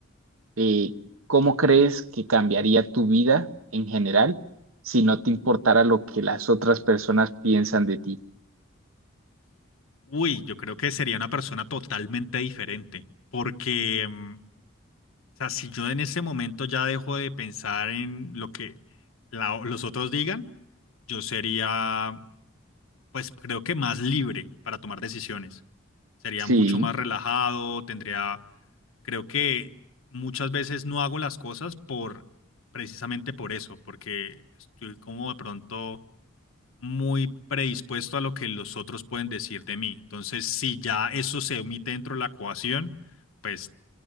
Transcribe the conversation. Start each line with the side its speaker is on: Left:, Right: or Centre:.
Right: eh, ¿cómo crees que cambiaría tu vida en general si no te importara lo que las otras personas piensan de ti?
Left: Uy, yo creo que sería una persona totalmente diferente. Porque, mm, o sea, si yo en ese momento ya dejo de pensar en lo que la- los otros digan, yo sería pues creo que más libre para tomar decisiones. Sería
Right: Sí,
Left: mucho más relajado, tendría, creo que muchas veces no hago las cosas por, precisamente por eso, porque estoy como de pronto muy predispuesto a lo que los otros pueden decir de mí. Entonces, si ya eso se omite dentro de la ecuación, pues